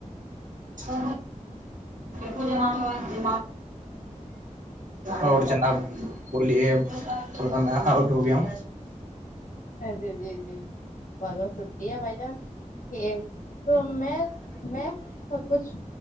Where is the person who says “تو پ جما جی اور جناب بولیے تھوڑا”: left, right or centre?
Right